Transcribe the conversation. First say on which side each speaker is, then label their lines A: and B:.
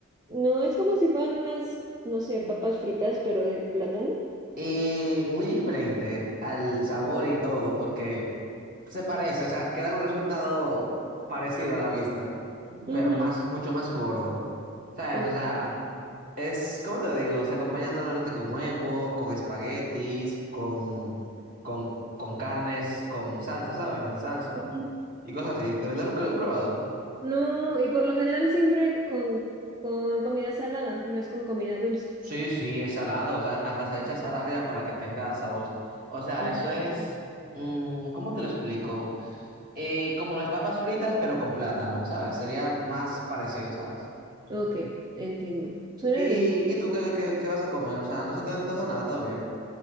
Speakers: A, on the right (about 15°); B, on the right (about 40°).
A: no, es como si fueran unas, no sé, papas fritas, pero de plátano.
B: Y muy diferente al sabor y todo, porque se parece, o sea, queda un resultado parecido a la vista,
A: Ujú,
B: pero más, mucho más gordo. ¿Sabes?
A: ok.
B: O sea. Es, ¿cómo te digo? Se acompaña normalmente con huevo, con espaguetis, con, con, con carnes, con salsa, ¿sabes? En salsa
A: Ujú.
B: y cosas así. De verdad nunca lo he probado.
A: No, y por lo general siempre con, con comida salada, no es con comida dulce.
B: Sí, sí, es salado. O sea, hasta se echa sal arriba para que tenga sabor. O sea,
A: Ujú.
B: eso es. mm, ¿cómo te lo explico? Eh, como las papas fritas, pero con plátano, ¿sabes? Sería más parecido, ¿sabes?
A: Ok, entiendo. Suena
B: ¿Y,
A: bien.
B: y tú qué, qué, qué vas a comer? O sea, no se te antoja nada todavía.